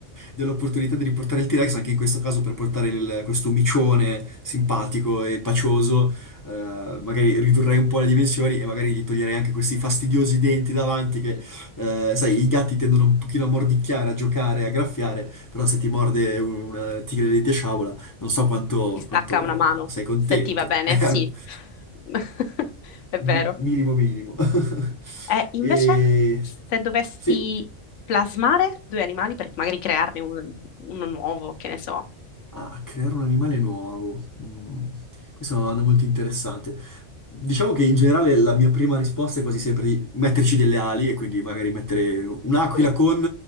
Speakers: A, on the left; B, on the left.
A: dell'opportunità di riportare il T-Rex, anche in questo caso per portare il- questo micione simpatico e pacioso, eh, magari ridurrei un po' le dimensioni e magari gli toglierei anche questi fastidiosi denti davanti che,
B: sì,
A: eh, sai,
B: sì,
A: i gatti tendono un pochino a mordicchiare, a giocare, a graffiare, però se ti morde un- una tigre di sciabola, non so
B: ti,
A: quanto,
B: ti stacca
A: quanto
B: una mano,
A: sei contento.
B: se ti va bene,
A: <laughs> È
B: sì,
A: al
B: <laughs> è vero.
A: mi- minimo minimo. <laughs>
B: Eh, invece,
A: E...
B: se dovessi
A: Sì?
B: plasmare due animali per magari crearne uno, uno nuovo, che ne so.
A: Ah, creare un animale nuovo. Mm, Questa è una domanda molto interessante. Diciamo che in generale la mia prima risposta è quasi sempre di metterci delle ali e quindi magari mettere un'aquila
B: Mm,
A: con